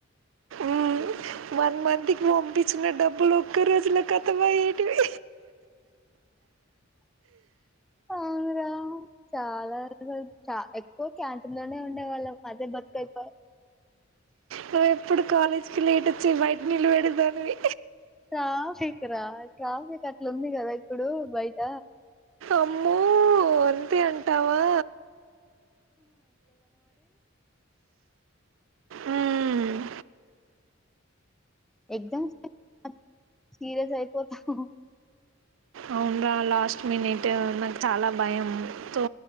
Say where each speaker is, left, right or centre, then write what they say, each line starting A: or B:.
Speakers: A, on the right; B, in the centre.
A: ఉమ్ వన్ మంత్ కి పంపించిన డబ్బులు ఒక్క రోజులో కతమ్ అయెటివి
B: అవును రా చాలా రోజులు చ ఎక్కువ క్యాంటీన్ లోనే ఉండే వాళ్ళం అధే బతుకు అయ్
A: నువ్వు ఎప్పుడు కాలేజ్కి లేట్ వచ్చి బయట నిలబడేదానివి
B: ట్రాఫిక్ రా ట్రాఫిక్ అట్లా ఉంది కదా ఇప్పుడు బయట
A: అమ్మో అంతే అంటావా ఉమ్మ్
B: ఎగ్జామ్స్ <unintelligible> సీరియల్స్ అయిపోతున్న
A: అవును రా లాస్ట్ మినిట్ నాకు చాలా భయం తో